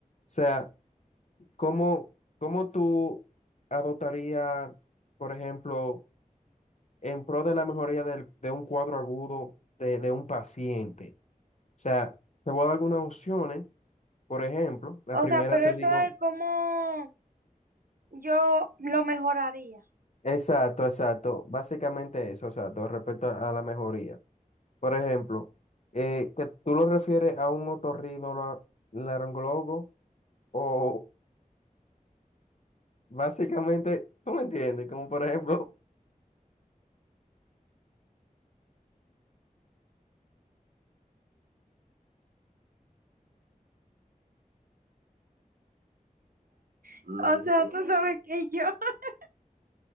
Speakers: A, on the left; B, on the right.
A: sea, ¿cómo, cómo tú adoptarías, por ejemplo, en pro de la mejoría del- de un cuadro agudo de, de un paciente? O sea, te voy a dar algunas opciones. Por ejemplo, la
B: O
A: primera
B: sea, pero
A: te
B: eso
A: digo,
B: es como yo lo mejoraría.
A: exacto, exacto, básicamente eso, exacto, respecto a a la mejoría. Por ejemplo, eh, que tú lo refieres a un otorrinolaringólogo o básicamente, <laughs> ¿tú me entiendes? Como por ejemplo,
B: O sea, tú sabes que yo, <laughs>